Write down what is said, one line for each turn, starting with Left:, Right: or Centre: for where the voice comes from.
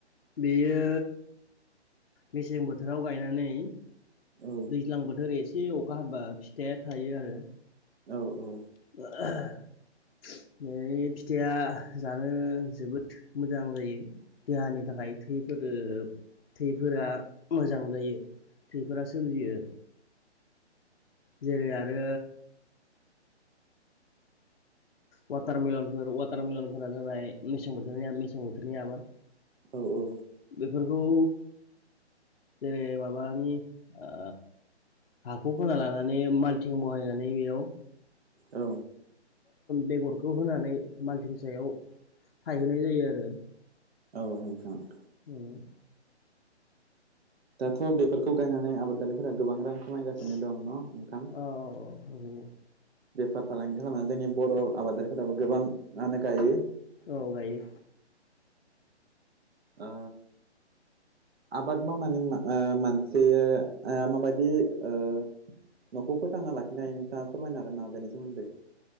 Left: बियो मेसें बोथोराव गायनानै
Right: औ
Left: दैज्लां बोथोर एसे अखा हाबा फिथाइया थायो आरो।
Right: औ औ।
Left: <unintelligible> फिथाइया जानो जोबोद मोजां जायो। देहानि थाखाय थैफोरो थैफोरा मोजां जायो थैफोरा सोमजियो। जेरै आरो वाटारमेलनफोर वाटारमेलनफोरा जाबाय मेसें बोथोरनिया मेसें बोथोरनियाबो
Right: औ औ।
Left: बेफोरखौ जेरै माबानि ओ हाखौ खोना लानानै माल्थिं बहायनानै बेयाव
Right: औ।
Left: बेगरखौ होनानै माल्थिं सायाव थाहहोनाय जायो आरो।
Right: <unintelligible>
Left: उम
Right: दाथ' बेफोरखौ गायनानै आबादारिफोरा गोबां रां खामायगासिनो
Left: औ
Right: दं न' नोंथां बेफार फालांगि खालामनानै जोंनि बर' आबादारिफोराबो गोबाङानो गायो।
Left: औ गायो।
Right: ओ। आबाद मावनानै मानसिया माबाददि ओ न'खौ फोथांना लाखि हायो नोंथाङा फोरमायनो हागोन नाम बेनि सोमोन्दै।